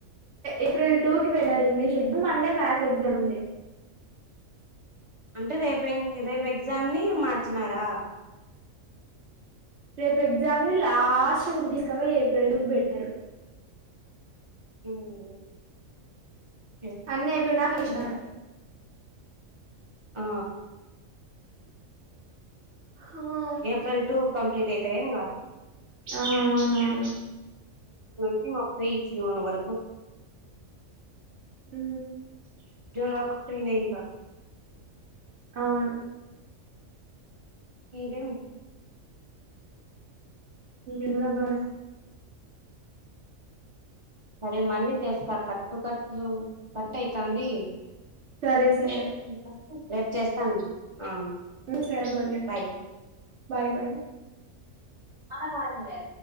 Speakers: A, on the right; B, on the right.
A: ఏప్రిల్ టూ కి పోయినారు ఇంగ్లీష్ ఎగ్జామ్ మండే మ్యస్ ఎగ్జామ్ ఉంది
B: అంటే రేపు రేపు ఎగ్జామ్ ని మార్చినారా
A: రేపు ఎగ్జామ్ ని లాస్ట్ తీసుకవాయ్ ఏప్రిల్ పెట్టినారు
B: ఉహ్
A: అన్న ఎప్పుయి నాకా కలిష్
B: ఆ
A: ఆ
B: ఏప్రిల్ టూ కంప్లీటయి త ఇంగా
A: ఆ అవునవును
B: మేము అపుడే చేసినం వరకు
A: అ
B: జూన్ వరకు ఫ్రీనే ఇంకా
A: అవును
B: ఏరం
A: ఎమ్లా బా
B: సరే మళ్ళీ తెస్తా కట్టు కట్లు కట్ ఐతుంది
A: సరే సరే
B: స రేపు చేస్తాను ఆ
A: అ సబాల
B: బాయ్
A: బాయ్ బాయ్
B: అ కాల ఎ